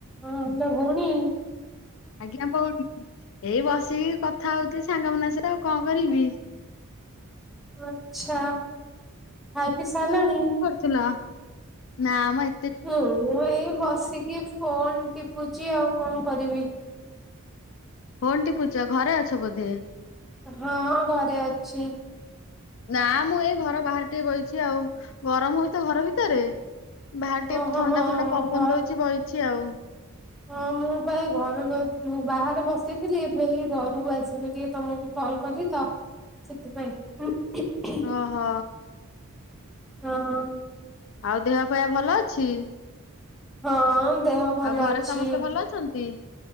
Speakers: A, in the centre; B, on the left.
A: ହଁ ହାଲୋ ଭୋଉଣୀ।
B: ଆଜ୍ଞା କଉଠି ଏଇ ବସିକି କଥା ହୋଉଥିଲି ସାଙ୍ଗମାନଙ୍କ ସହିତ ଆଉ କଣ କରିବି।
A: ଓ ଆଛା ଖାଇ ପିଇ ସାରିଲଣି?
B: ଥୁଲ ନା ଆମଏ।
A: ହୁଁ ମୁଁ ଏଇ ବସିକି ଫୋନ ଟିପୁଚି ଆଉ କଣ କରିବି।
B: ଫୋନ୍ ଟିପୁଚ ଘରେ ଅଛ ବୋଧେ।
A: ହଁ ଘରେ ଅଛି।
B: ନା ମୁଁ ଏଇ ଘର ବାହାରେ ଟିକେ ବଇଚି ଆଉ ଗରମ ହୋଉଚି ତ ଘର ଭିତରେ। ବାହାରେ ଟିକେ
A: ଓହୋ
B: ଥଣ୍ଡା
A: ହଁ
B: ଥଣ୍ଡା ପବନ
A: ଘ
B: ଦଉଚି ବଇଚି ଆଉ।
A: ହଁ ମୁଁ। ମୁଁ ଏଇ ପା ଘରୁକୁ ମୁଁ ବାହାରେ ବସିଥିଲି ଏବେ ହେଇ ଘରକୁ ଆସିଲି ଟିକେ ତମକୁ କଲ୍ କଲି ତ। ସେଥିପାଇଁ ଉଁ ହେଁ ହେଁ।
B: ହ ହ।
A: ହୋ ହୋଉ।
B: ଆଉ ଦେହ ପାଆ ଭଲ ଅଛି?
A: ହଁ ଦେହ ଭଲ
B: ଆଉ ଘରେ
A: ଅଛି।
B: ସମସ୍ତେ ଭଲ ଅଛନ୍ତି?